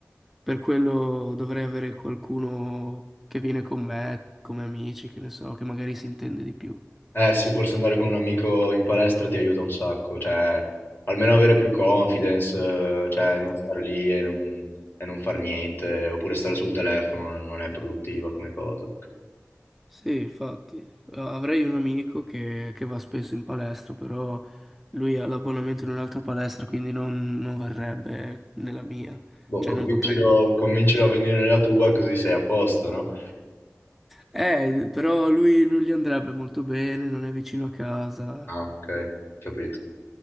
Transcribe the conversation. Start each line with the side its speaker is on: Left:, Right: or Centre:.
Centre: Per quello dovrei avere qualcuno che viene con me, come amici, che ne so, che magari si intende di più.
Left: Eh sì, forse andare con un amico in palestra ti aiuta un sacco, cioè almeno avere più confidence, eh, cioè non star lì e non, e non far niente, oppure stare sul telefono non è produttiva come cosa.
Centre: Sì, infatti, A- avrei un amico che, che va spesso in palestra, però lui ha l'abbonamento in un'altra palestra, quindi non, non varrebbe nella mia,
Left: Boh,
Centre: cioè
Left: convincilo,
Centre: non potrebbe.
Left: convincilo a venire nella tua così sei a posto, no?
Centre: Eh, però lui non gli andrebbe molto bene, non è vicino a casa,
Left: Ah, ok, capito.